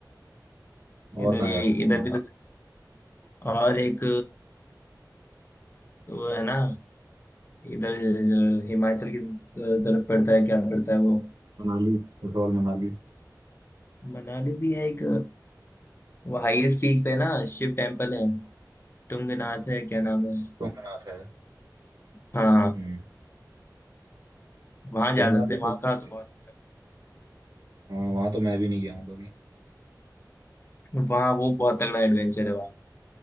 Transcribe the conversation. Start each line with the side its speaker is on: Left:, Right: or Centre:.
Right: और
Left: इधर
Right: कहाँ
Left: ये
Right: जा सकते
Left: इधर
Right: हैं
Left: भी तो और एक वो है ना इधर जो हिमाचल की तरफ पड़ता है क्या पड़ता है वो
Right: मनाली कसौल मनाली
Left: मनाली भी है एक वो हाईएस्ट पीक पे ना शिव टेम्पल है टुंगनाथ है क्या नाम है
Right: तुंगनाथ है
Left: हाँ हाँ
Right: हम्म
Left: वहाँ
Right: तुंगनाथ
Left: जा सकते
Right: भी
Left: हैं वहाँ
Right: चल सकते
Left: का तो बहुत
Right: हैं हाँ वहाँ तो मैं भी नहीं गया हूँ कभी
Left: वहाँ वो बहुत तगड़ा एडवेंचर है वहाँ